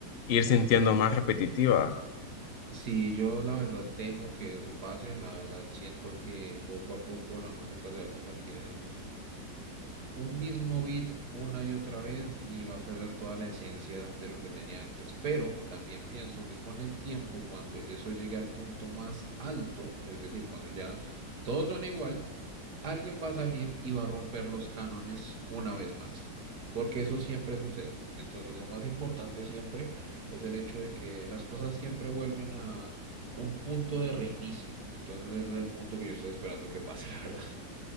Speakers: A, on the left; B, on the right.
A: ir sintiendo más repetitiva?
B: Sí, yo la verdad temo que eso pase, la verdad siento que poco a poco la música se va a convertir en un mismo beat una y otra vez y va a perder toda la esencia de lo que tenía antes. Pero también pienso que con el tiempo, cuando eso llegue al punto más alto, es decir, cuando ya todos son igual, alguien va a salir y va a romper los cánones una vez más, porque eso siempre sucede. Entonces, lo más importante siempre es el hecho de que las cosas siempre vuelven a un punto de reinicio. Entonces, ese es el punto que yo estoy esperando que pase, <laughs> la verdad.